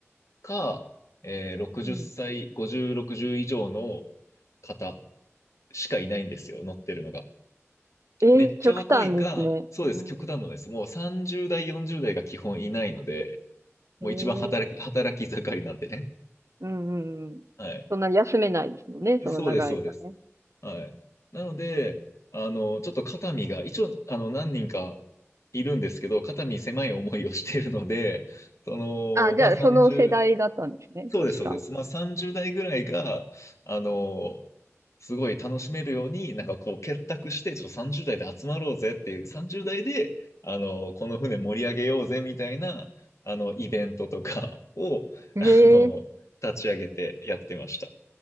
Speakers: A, on the left (about 80°); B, on the right (about 75°).
A: か、えー、60歳、
B: うん。
A: 50、60以上の方しかいないんですよ、乗ってるのが。
B: えー、
A: めっちゃ若いか、
B: 極端ですね。
A: そうです、
B: うん。
A: 極端なんです。もう30代、40代が基本いないので、もう一番働き、
B: えー、
A: 働き盛りなんでね。
B: うんうんうん。
A: はい。
B: そんな休めないですもんね、その長い間ね。
A: そうです、そうです。はい。なので、あの、ちょっと肩身が、一応、あの、何人かいるんですけど、肩身狭い思いをしているので、その、
B: あ、じゃあ、
A: まあ、ね。30、
B: その世代だったんですね、
A: そうです、
B: ヨシさんは。
A: そうです。まあ、30代ぐらいが、あの、すごい楽しめるように、なんかこう、結託して、ちょっと30代で集まろうぜっていう、30代で、あの、この船盛り上げようぜみたいな、あの、イベントとかを、
B: えー、
A: あの、立ち上げてやってました。